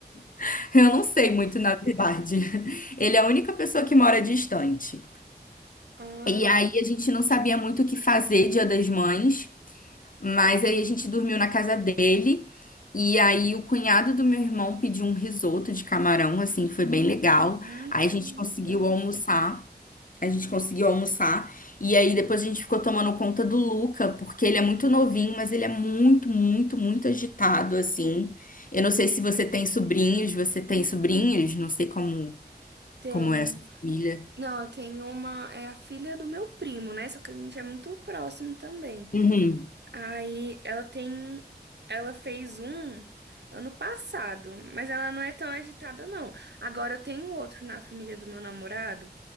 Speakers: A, on the left; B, on the right.
A: <laughs> Eu não sei muito, na verdade. Ele é a única pessoa que mora distante.
B: Ah,
A: E aí a gente não sabia muito o que fazer Dia das Mães, mas aí a gente dormiu na casa dele. E aí o cunhado do meu irmão pediu um risoto de camarão, assim, foi bem legal.
B: hum,
A: Aí
B: que
A: a
B: delícia.
A: gente conseguiu almoçar. A gente conseguiu almoçar. E aí depois a gente ficou tomando conta do Luca, porque ele é muito novinho, mas ele é muito, muito, muito agitado, assim. Eu não sei se você tem sobrinhos, você tem sobrinhos? Não sei como,
B: Tem.
A: como é a sua família.
B: Não, tem uma. É a filha do meu primo, né? Só que a gente é muito próximo também.
A: Uhum.
B: Aí ela tem. Ela fez um ano passado, mas ela não é tão agitada, não. Agora eu tenho outro na família do meu namorado.